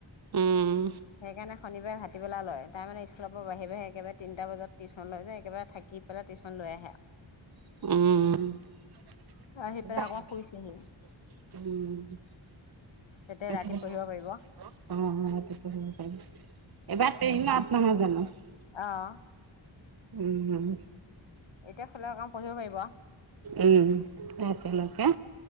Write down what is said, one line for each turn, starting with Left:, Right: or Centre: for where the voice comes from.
Right: উম
Left: সেইকাৰণে শনিবাৰে ভাটিবেলা লয়। তাই মানে স্কুলৰপৰা বাহিৰে -বাহিৰে একেবাৰে তিনিটা বজাত টিউচন লৈ যে একবাৰে থাকি পেলাই টিউচন লৈ আহে। আৰু
Right: উম উম অ
Left: আহি পেলাই
Right: সেইটো
Left: আকৌ শুইছেহি
Right: কৰিব পাৰি। অ'
Left: তেতিয়া ৰাতি
Right: অ'এইবাৰ
Left: পঢ়িব পাৰিব
Right: টেইনত নহয় জানো? উম
Left: অহ্।
Right: উম -উম
Left: এতিয়া শুলে অকণ পঢ়িব পাৰিব আউ।
Right: উম ৰাতিলৈকে